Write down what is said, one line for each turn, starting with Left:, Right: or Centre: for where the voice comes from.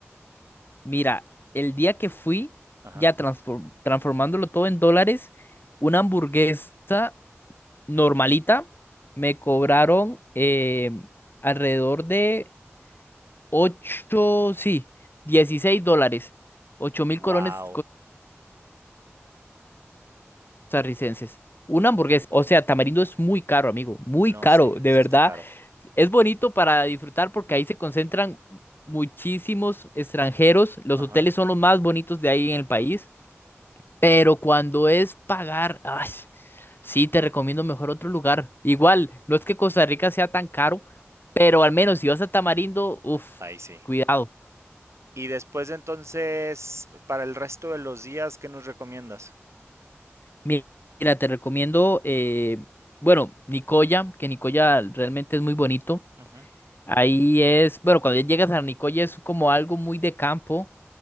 Left: Mira, el día que fui,
Right: Ajá.
Left: ya transform- transformándolo todo en dólares, una hamburguesa normalita me cobraron eh, alrededor de 8, sí, 16 dólares, ocho mil
Right: Wow.
Left: colones costarricenses. Una hamburguesa. O sea, Tamarindo es muy caro, amigo, muy
Right: No
Left: caro,
Right: sé,
Left: de
Right: sí
Left: verdad.
Right: está caro.
Left: Es bonito para disfrutar porque ahí se concentran muchísimos extranjeros. Los
Right: Ajá.
Left: hoteles son los más bonitos de ahí en el país. Pero cuando es pagar, ay, sí, te recomiendo mejor otro lugar. Igual, no es que Costa Rica sea tan caro, pero al menos si vas a Tamarindo, uff,
Right: Ahí sí.
Left: cuidado.
Right: Y después entonces, para el resto de los días, ¿qué nos recomiendas?
Left: Mi- Mira, te recomiendo, eh, bueno, Nicoya, que Nicoya realmente es muy bonito.
Right: Ujú,
Left: Ahí es, bueno, cuando ya llegas a Nicoya es como algo muy de campo,